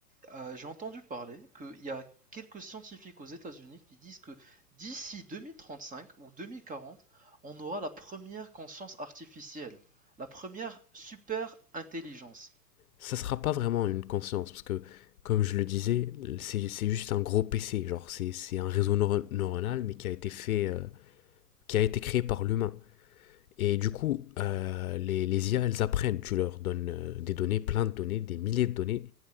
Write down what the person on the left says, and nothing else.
ça sera pas vraiment une conscience, parce que, comme je le disais, c'est c'est juste un gros PC, genre c'est c'est un réseau neuro- neuronal, mais qui a été fait, euh, qui a été créé par l'humain. Et du coup, euh, les, les IA, elles apprennent, tu leur donnes euh, des données, plein de données, des milliers de données,